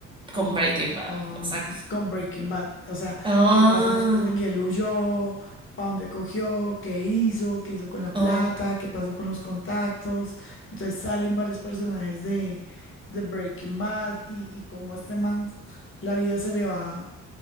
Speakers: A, on the left; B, on the right.
A: con,
B: Con Breaking Bad,
A: con,
B: o sea.
A: con Breaking Bad. O sea,
B: Ah,
A: qué pasó después de que él huyó, para dónde cogió, qué hizo, qué hizo con la
B: o-
A: plata, qué pasó con los contactos. Entonces salen varios personajes de, de Breaking Bad y, y cómo a este man la vida se le va,